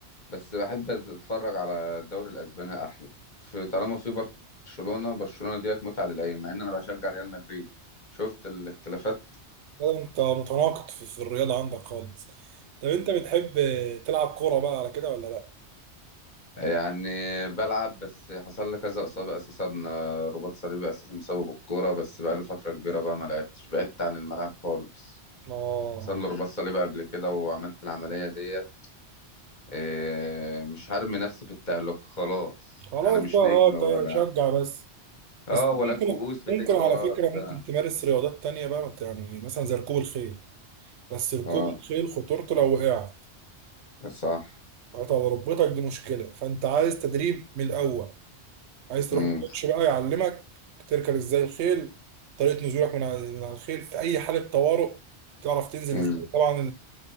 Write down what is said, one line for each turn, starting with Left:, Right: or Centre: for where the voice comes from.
Left: بس بحب أتفرج على الدوري الأسباني أحلى في طالما في برشلونة برشلونة ديت متعة للعين مع إن أنا بشجع ريال مدريد شفت الاختلافات
Right: هو انت متناقض في, في الرياضه عندك خالص طب انت بتحب تلعب كوره بقى على كده ولا لا
Left: يعني بلعب بس حصل لي كذا إصابة أساسا آه، رباط صليبي أساسا بسبب الكورة بس بقالي فترة كبيرة بقى ما لعبتش بعدت عن الملعب خالص
Right: اه
Left: حصل لي رباط صليبي قبل كده وعملت العملية ديت إيه، مش هرمي نفسي في التهلكة خلاص
Right: خلاص
Left: انا مش
Right: بقى اه
Left: نجم ولا
Right: انت شجع بس
Left: اه
Right: بس
Left: ولا
Right: ممكن
Left: الكؤوس بتجري
Right: ممكن على
Left: ورايا
Right: فكره
Left: ولا بتاع
Right: ممكن تمارس رياضات تانية بقى مت- يعني مثلا زي ركوب الخيل بس ركوب
Left: اه
Right: الخيل خطورته لو وقعت
Left: صح
Right: هتبقى ركبتك دي مشكله فانت عايز تدريب من الاول عايز تروح
Left: امم
Right: الكوتش بقى يعلمك تركب ازاي الخيل طريقه نزولك من على من على الخيل في اي حاله طوارئ تعرف تنزل
Left: امم
Right: ازاي طبعا